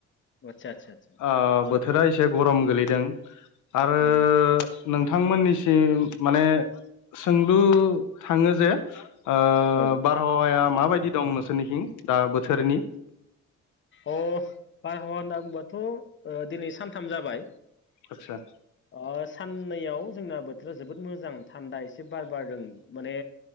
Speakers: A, on the left; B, on the left.
A: आतसा आतसा
B: ओ बोथोरा एसे गरम गोलैदों आरो
A: औ
B: नोंथांमोननिसिम माने सोंलु थाङो जे ओ
A: औ
B: बारहावाया माबायदि दं नों नोंसोरनिथिं दा बोथोरनि
A: अह बारहावा होनना बुंबाथ' ओ दिनै सानथाम जाबाय
B: आचसा
A: अ साननैयाव जोंना बोथोरा जोबोद मोजां थान्दा एसे बार बारदों माने